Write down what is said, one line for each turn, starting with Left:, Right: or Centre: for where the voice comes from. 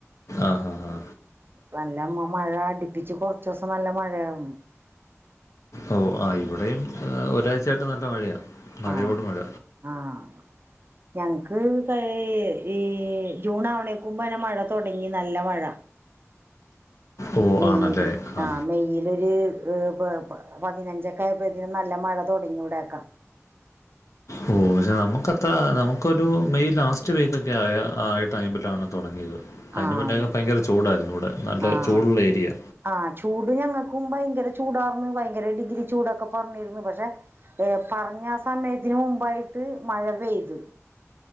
Left: ആഹ് ആഹാ
Right: നല്ല <unintelligible> മ്മ മഴ അടിപ്പിച്ച് കൊറച്ച് ദിവസം നല്ല മഴയായി
Left: ഓ ആ ഇവിടെയും ഒരാഴ്ചയായിട്ട് നല്ല മഴയാ മഴയോട്
Right: ആഹ്
Left: മഴ.
Right: ആഹ് ഞങ്ങക്ക് ഏ ഈ ജൂൺ ആവണേക്കുമ്പോന്നെ മഴ തൊടങ്ങി നല്ല മഴ.
Left: ഓ
Right: മെയ്ല്
Left: ആണല്ലേ ആ
Right: ആഹ് മെയ്ലൊരു <unintelligible> പ് പ് പതിനഞ്ചൊക്കെ ആയപ്പോതിന് നല്ല മഴ തൊടങ്ങി ഇവിടൊയൊക്കാ
Left: ഓ പക്ഷേ നമുക്കത്ര നമുക്കൊരു മെയ് ലാസ്റ്റ് വീക്കൊക്കെ ആയ ആ ടൈമിലാണ് തൊടങ്ങിയത്. അതിന്
Right: ആഹ്
Left: മുന്നേക്കെ ഭയങ്കര ചൂടായിരുന്നു ഇവിടെ നല്ല
Right: ആഹ്
Left: ചൂടുള്ള ഏരിയാ
Right: ആഹ് ചൂട് ഞങ്ങൾക്കും ഭയങ്കര ചൂടാർന്ന് ഭയങ്കര ഡിഗ്രി ചൂടൊക്കെ പറഞ്ഞിരുന്നു പക്ഷെ- ഏ പറഞ്ഞ ആ സമയത്തിന് മുമ്പായിട്ട് മഴ പെയ്ത്.